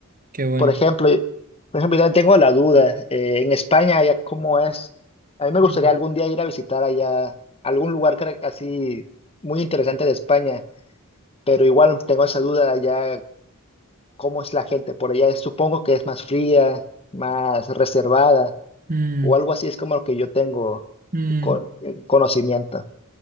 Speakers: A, on the right; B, on the left.
A: qué bueno.
B: Por ejemplo, y- por ejemplo, yo también tengo la duda. eh, en España, allá cómo es. A mí me gustaría
A: Mm,
B: algún día ir a visitar allá algún lugar que era así muy interesante de España pero igual tengo esa duda allá, ¿cómo es la gente por allá? Supongo que es más fría, más reservada,
A: mm,
B: o algo así es como lo que yo tengo
A: mm.
B: co- eh, conocimiento.